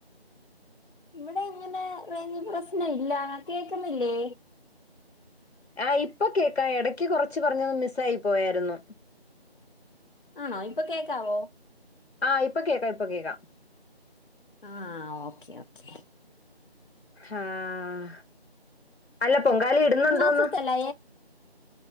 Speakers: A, on the left; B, on the left.
A: ഇവിടെ ഇങ്ങനെ റേജ് പ്രശ്നം ഇല്ല കേക്കുന്നില്ലേ
B: ആ ഇപ്പൊ കേക്കാ ഇടക്ക് കൊറച്ച് പറഞ്ഞന്ന് മിസ് ആയി പോയായിരുന്നു
A: ആണോ ഇപ്പൊ കേക്കാവോ
B: ആ ഇപ്പൊ കേക്കാം ഇപ്പൊ കേക്കാം
A: ആഹ് ഓക്കെ ഓക്കേ
B: ആഹ് അല്ല പൊങ്കാല ഇടുന്നുണ്ടോന്ന്
A: മാസത്തല്ല